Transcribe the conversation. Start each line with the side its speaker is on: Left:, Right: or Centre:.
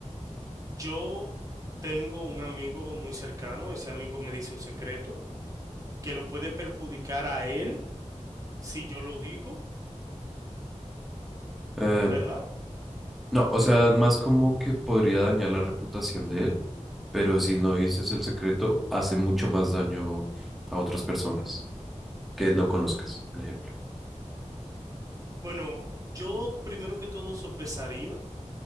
Right: Yo tengo un amigo muy cercano, ese amigo me dice un secreto que lo puede perjudicar a él si yo lo digo,
Centre: Eh,
Right: ¿verdad?
Centre: no, o sea, es más como que podría dañar la reputación de él, pero si no dices el secreto, hace mucho más daño a otras personas que no conozcas. un ejemplo.
Right: Bueno, yo primero que todo sopesaría